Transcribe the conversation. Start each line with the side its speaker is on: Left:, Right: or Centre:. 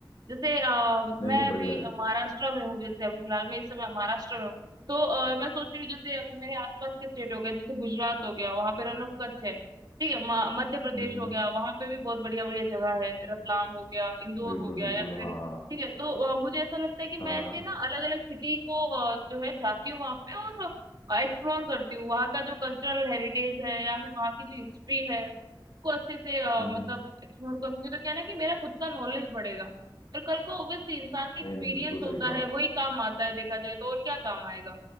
Right: जैसे अ,
Left: नहीं
Right: मैं
Left: नहीं
Right: अभी
Left: बढ़िया
Right: अ,
Left: है
Right: महाराष्ट्र में हूँ जैसे अभी फिलहाल मैं इस समय महाराष्ट्र में हूँ तो अ, मैं सोच रही हूँ जैसे अभी मेरे आसपास के स्टेट हो गए जैसे गुजरात हो गया वहां पे रन ऑफ कच्छ है ठीक है म- मध्य प्रदेश
Left: हम्म हम्म,
Right: हो गया वहां पे भी बहुत बढ़िया बढ़िया जगह है रतलाम हो गया इंदौर
Left: बिल्कुल
Right: हो गया
Left: बिल्कुल
Right: या फिर
Left: हाँ हाँ
Right: ठीक है तो अ, मुझे ऐसा लगता है कि
Left: हाँ
Right: मैं
Left: हाँ,
Right: ऐसे ना अलग अलग सिटी को अ, जो है जाती हूँ वहां पे और एक्सप्लोर करती हूँ वहाँ का जो कल्चरल हेरिटेज है या फिर वहाँ की जो हिस्ट्री है उसको अच्छे से अ,
Left: हम्म
Right: मतलब
Left: हम्म,
Right: एक्सप्लोर करूंगी तो क्या है ना कि मेरा खुद का नॉलेज बढ़ेगा पर कल को ऑब्वियसली इंसान का एक्सपीरियंस
Left: नहीं नहीं बिल्कुल
Right: होता
Left: सही कहा
Right: है वही काम आता है देखा जाए तो और क्या काम आएगा